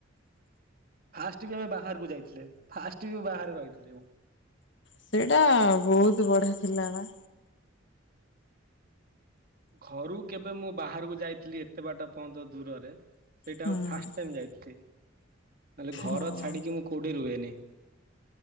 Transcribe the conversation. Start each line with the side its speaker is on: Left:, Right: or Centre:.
Right: ଫାଷ୍ଟ ବି ଆମେ ବାହାରକୁ ଯାଇଥିଲେ, ଫାଷ୍ଟ ବି ବାହାରେ ରହିଥିଲେ ଏବଂ
Left: ସେଇଟା ବହୁତୁ ବଢିଆ ଥିଲା ବା।
Right: ଘରୁ କେବେ ମୁଁ ବାହାର କୁ ଯାଇଥିଲି ଏତେ ବାଟ ପର୍ଯ୍ୟନ୍ତ ଦୂରରେ ସେଇଟା
Left: ହୁଁ
Right: ମୁଁ ଫାଷ୍ଟ ଟାଇମ୍ ଯାଇଥିଲି, ନହଲେ ଘର
Left: ହଁ।
Right: ଛାଡିକି ମୁଁ କୋଉଠି ରୁହେନି।